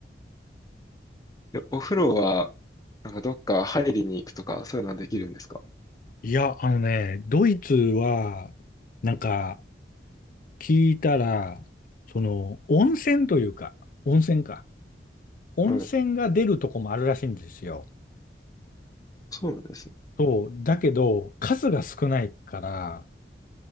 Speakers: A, on the left (about 20°); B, on the left (about 50°).
A: でお風呂は、なんかどっか入りに行くとか、そういうのはできるんですか
B: うんいや、あのね、ドイツは、なんか、聞いたら、その、温泉というか、温泉か。温泉が出るとこもあるらしいんですよ。
A: はい。そうなんですね。
B: そう。だけど、数が少ないから、